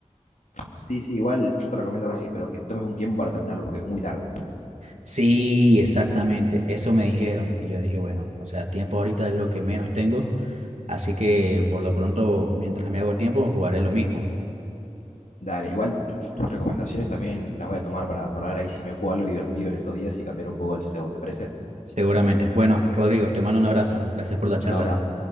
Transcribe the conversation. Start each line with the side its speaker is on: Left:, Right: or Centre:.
Left: Sí, sí, igual yo te recomiendo que sí, pero que tomes un tiempo para terminarlo porque es muy largo.
Right: Sí, exactamente, eso me dijeron y yo dije, bueno, o sea, tiempo ahorita es lo que menos tengo, así que por lo pronto, mientras me hago tiempo, jugaré lo mismo,
Left: Dale, igual tus, tus recomendaciones también las voy a tomar para, para ver ahí si me juego algo divertido en estos días y cambiar un poco el CSGO, ¿te parece?
Right: seguramente. Bueno, Rodrigo, te mando un abrazo, gracias por la charla.
Left: Ahora,